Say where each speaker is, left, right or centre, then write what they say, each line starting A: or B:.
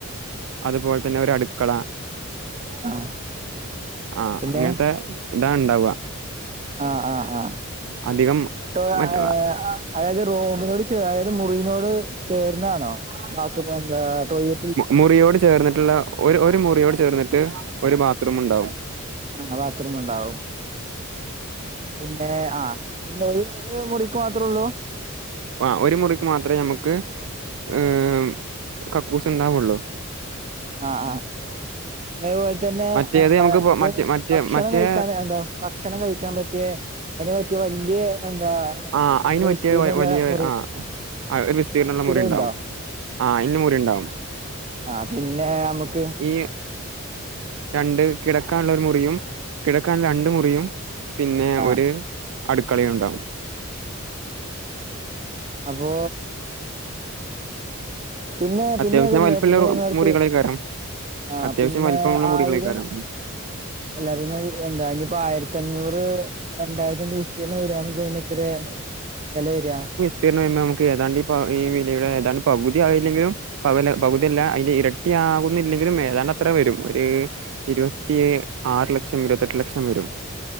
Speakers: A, on the right; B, on the right.
A: അതുപോലെ തന്നെ ഒരു അടുക്കള
B: ആഹ്
A: ആഹ്
B: പിന്നെ
A: അങ്ങൻത്തെ ഇതാ ഇണ്ടാവ.
B: ആഹ് ആഹ് ആഹ്
A: അധികം
B: ട്ടോ <unintelligible>
A: മറ്റ
B: അതായത് റോമിനോട് ചേ അതായത് മുറിനോട് ചേർന്നാണോ ബാതും എന്ത ടോയ്ല
A: മുറിയോട് ചേർന്നിട്ടുള്ള ഒരു ഒരു മുറിയോട് ചേർന്നിട്ട് ഒരു ബാത്റൂം ഉണ്ടാവും.
B: ആഹ് ബാത്റൂം ഉണ്ടാവും. പിന്നെ ആ ഒന്ന് ഒരു ഒരു മുറിക്ക് മാത്രോള്ളൂ?
A: ആഹ് ഒരു മുറിക്ക് മാത്രമേ ഞമ്മക്ക് ഏഹ് കക്കൂസ് ഇണ്ടാവുള്ളൂ.
B: ആഹ് ആഹ് അതേപോൽ തന്നെ
A: മറ്റേത് നമുക്ക്
B: നമ്മള്
A: പോ മറ്റേ മറ്റേ
B: ഭക്ഷണം
A: മറ്റേ
B: കഴിക്കാൻ എന്താ ഭക്ഷണം കഴിക്കാൻ പറ്റിയെ അതിന് പറ്റിയ വല്ല്യേ എന്താ
A: ആഹ് അയ്ന്
B: നല്ല
A: പറ്റിയ
B: വിസ്തീർണള്ള
A: വ വലിയ
B: മുറി
A: ആ ഒരു വിസ്തീരണമുള്ള
B: റൂ- മുറികളുണ്ടോ
A: മുറി ഇണ്ടാവും. ആഹ് ഇന്ന് മുറിണ്ടാവും.
B: ആഹ് പിന്നെ അമ്മക്ക്
A: ഈ രണ്ട് കിടക്കാനുള്ള ഒരു മുറിയും കിടക്കാൻ രണ്ട് മുറിയും പിന്നെ
B: ആഹ്
A: ഒര് അടുക്കളയും ഉണ്ടാവും.
B: ഓ പിന്നെ
A: അത്യാവശ്യം
B: പിന്നെ അതല്ലേ
A: വലിപ്പമുള്ള
B: പിന്നെ നിങ്ങള അടുത്ത്
A: മുറികളേക്കാരം
B: ആഹ്
A: അത്യാവശ്യം
B: പിന്നെ
A: വലിപ്പമുള്ള മുറികളേക്കാരം
B: ആയിരം അല്ല പിന്നെ എന്താ ആയിരത്തഞ്ഞൂറ് രണ്ടായിരം ദീഷ്തിർണ വരു ണെങ്കിൽ അയിന് എത്രെ വെല വെര?
A: വിസ്തീർണ്ണം <unintelligible> നമുക്ക് ഏതാണ്ട് ഈ പ ഈ വിലയുടെ ഏതാണ്ട് പകുതി ആയില്ലെങ്കിലും പകല പകുതിയല്ല അയിന്റെ ഇരട്ടി ആകുന്നില്ലെങ്കിലും ഏതാണ്ട് അത്ര വരും, ഒര് ഇരുപത്തി ആറ് ലക്ഷം ഇരുപത്തെട്ട് ലക്ഷം വരും.